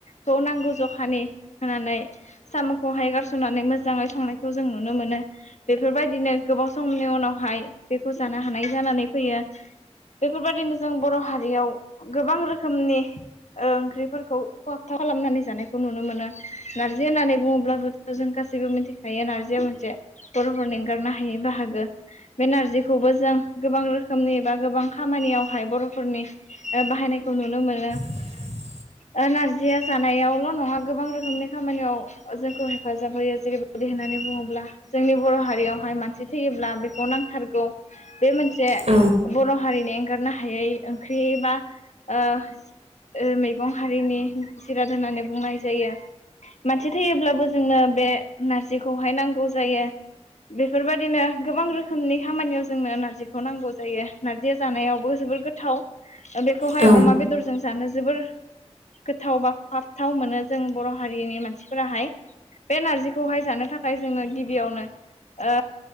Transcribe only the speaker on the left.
ज नांगौ जखानि होनानै सामखौहाय गारसनानै मोज जाङै संनायखौ जों नुनो मोनो बेफोरबायदिनो गोबाव समनि उनावहाय बेखौ जानो हानाय जाना नानै फैयो बेफोरबायदिनो जों बर हारियाव गोबां रोखोमनि ओंख्रिफोरखौ खहाबथाब खालामनानै जानायखौ नुनो मोनो नारजि होननानै बुङोब्लाबोथ जों गास सिबो मिथिखायो नारजिया मोनसे बरफोरनि एंगारनो हायै बाहागो बे नारजिखौबो जों गोबां रोखोमनि बा गोबां खामानियावहाय बरफोरनि ओ बाहायनाय खौ नुनो मोनो
ओ नारजिया जानायावल‌ नङा गोबां रोखोमनि खामानियाव जोंखौ हेफाजाब होयो जेरैबायदि होननानै बुङोब्ला जोंनि बर हारियावहाय मानसि थैयोब्ला बेखौ नांथारगौ बे मोनसे
बर हारिनि एंगारनो हायै ओंख्रि बा ओ ओ मैगं हारिनि जिराद होननानै बुंनाय जायो मानसि थैयोब्लाबो जोंनो बे नारजिखौहाय नांगौ जायो बेफोरबायदिनो गोबां रोखोमनि खामानियाव जोंनो नारजिखौ नांगौ जायो नारजिया जानायावबो जोबोर गोथाव बेखौहाय
अमा बेदरजों जानो जोबोर गोथाव बा खहाबथाव मोनो जों बर हारिनि मानसिफोराहाय बे नारजि खौ हाय जानो थाखाय जोङो गिबियावनो ओ